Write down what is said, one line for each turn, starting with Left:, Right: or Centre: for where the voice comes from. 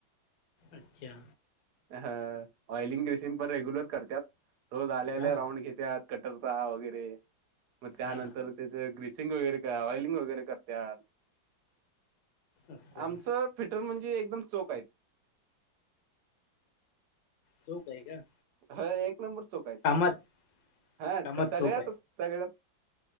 Left: अच्छा
Right: हं ऑइलिंग, ग्रीसिंग पण रेग्युलर करत्यात. रोज आल्या आल्या
Left: हा
Right: राऊंड घेतात. कटरचा वगैरे मग त्यानंतर
Left: हा
Right: त्याचं ग्रीसिंग वगैरे काय ऑइलिंग वगैरे करत्या.
Left: असं
Right: आमचं फिटर म्हणजे एकदम चोख आहेत.
Left: चोख आहे का?
Right: हं एक नंबर चोख आहेत,
Left: कामात
Right: हां
Left: कामात
Right: सगळ्यातच.
Left: चोख
Right: सगळ्यात